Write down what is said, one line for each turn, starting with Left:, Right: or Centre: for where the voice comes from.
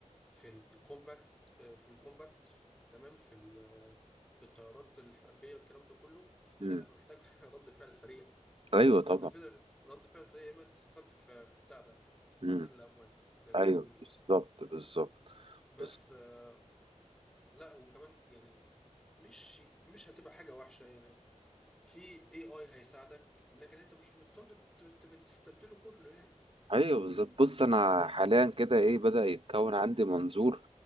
Centre: في الكومباكت في الكومباكت في- تمام في ال- في الطيارات الحربيه والكلام ده كله لا
Right: امم
Centre: محتاج <laughs> رد فعل سريع
Right: أيوه طبعا
Centre: رد فعل رد فعل سريع ما اتحسبت في في بتاع ده في
Right: امم
Centre: عدد الاموات زي ما
Right: أيوه
Centre: بيقولوا
Right: بالظبط
Centre: كده
Right: بالظبط
Centre: بس
Right: بالظبط
Centre: آه، لا وكمان يعني مش مش هتبقى حاجه وحشه يعني في اي اي هيساعدك لكن انت مش مضطر تت- تستبدله كله يعني
Right: ايوه بالظبط بص انا حاليا كده ايه بدأ يتكون عندي منظور